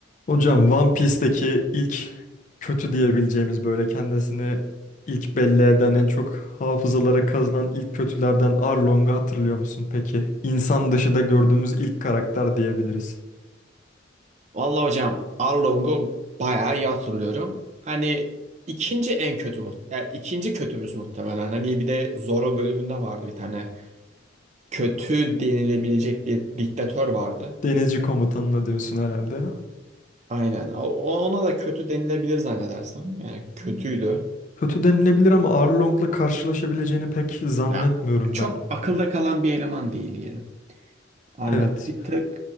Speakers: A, on the left; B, on the right.
A: Hocam One Piece'teki ilk kötü diyebileceğimiz böyle kendisini ilk belli eden en çok hafızalara kazınan ilk kötülerden Arlong'u hatırlıyor musun peki? İnsan dışı da gördüğümüz ilk karakter diyebiliriz.
B: Vallahi hocam Arlong'u bayağı iyi hatırlıyorum. Hani ikinci en kötü muht yani ikinci kötümüz muhtemelen. Hani bir de Zorro bölümünde vardı bir tane. Kötü denilebilecek bir diktatör vardı.
A: Denizci komutanına diyorsun herhalde.
B: Aynen. O, o- ona da kötü denilebilir zannedersem. Yani kötüydü.
A: Kötü denilebilir ama Arlong'la karşılaşabileceğini pek zannetmiyorum
B: Ya çok
A: ben.
B: akılda kalan bir eleman değil diyelim. Arlong
A: Evet.
B: bir tek